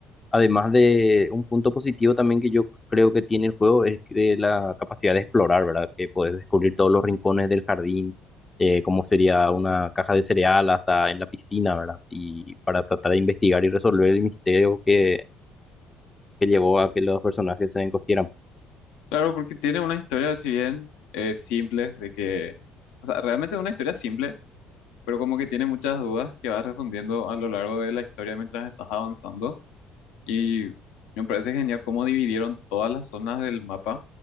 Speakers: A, on the left; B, on the left.
A: Además de un punto positivo también que yo creo que tiene el juego es de la capacidad de explorar, ¿verdad? Que puedes descubrir todos los rincones del jardín, eh, como sería una caja de cereal hasta en la piscina, ¿verdad? Y para tratar de investigar y resolver el misterio que, que llevó a que los personajes se encogieran.
B: Claro, porque tiene una historia, si bien eh, simple, de que, o sea, realmente es una historia simple, pero como que tiene muchas dudas que vas respondiendo a lo largo de la historia mientras estás avanzando. Y me parece genial cómo dividieron todas las zonas del mapa,